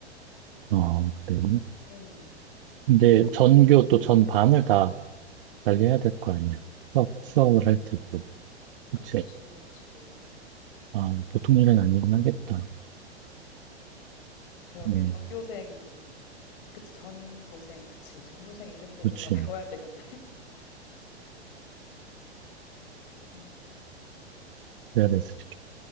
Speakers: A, on the right; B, on the left.
A: 어, 그래.
B: 오.
A: 근데
B: 진짜 많이
A: 전교
B: 줄
A: 또 전반을 다 관리해야 될 거 아니야. 수업, 수업을 할 때도. 그치?
B: 그치, 그치.
A: 아, 보통 일은 아니긴 하겠다.
B: 그러게
A: 음,
B: 전교생 그치 전교생 그치. 전교생 이름들을
A: 그렇지.
B: 다 <laughs> 외워야 되겠네. 음.
A: 그래야 될 수도 있겠